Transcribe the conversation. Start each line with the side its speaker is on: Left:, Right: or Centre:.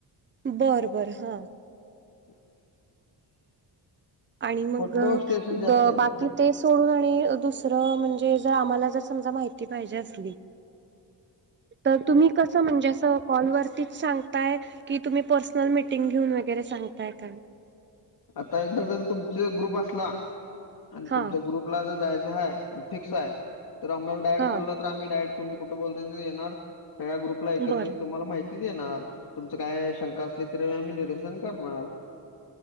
Right: बरं बरं हा!
Left: <inaudible>
Right: आणि मग
Left: फोटो स्टेशन जास्त करतात
Right: बाकी
Left: ना
Right: ते सोडून आणि दुसरं म्हणजे जर आम्हाला जर समजा माहिती पाहिजे असली तर तुम्ही कसं म्हणजे असं कॉल वरतीच सांगताय की तुम्ही पर्सनल मीटिंग घेऊन वगैरे सांगताय का?
Left: आता एकदा जर तुमचा ग्रुप असला आणि
Right: हा
Left: तुमचा ग्रुप पला जायचं हाय फिक्स आहे तर आमला डायरेक्ट
Right: हा
Left: बोलला आम्ही डायरेक्ट तुम्ही कुठ बोलवताय तिथं येणार सगळ्या ग्रुपला एकत्रित
Right: बरं
Left: तुम्हाला माहित ती देणार तुमच काय शंका असली तरी आम्ही निरसन करणार.